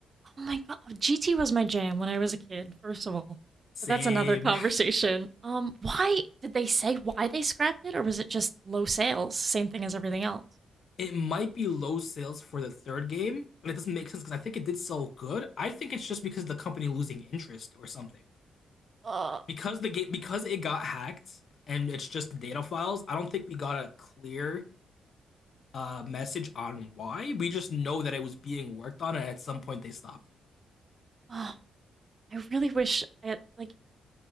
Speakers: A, on the right; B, on the left.
A: Oh my God. GT was my jam when I was a kid, first of all.
B: <laughs> Same.
A: But that's another <laughs> conversation. Um, why did they say why they scrapped it, or was it just low sales? Same thing as everything else.
B: It might be low sales for the third game, but it doesn't make sense because I think it did sell good. I think it's just because of the company losing interest or something.
A: Ugh.
B: Because the game, because it got hacked and it's just the data files, I don't think we got a clear uh, message on why. We just know that it was being worked on, and at some point they stopped
A: Oh, I really wish I like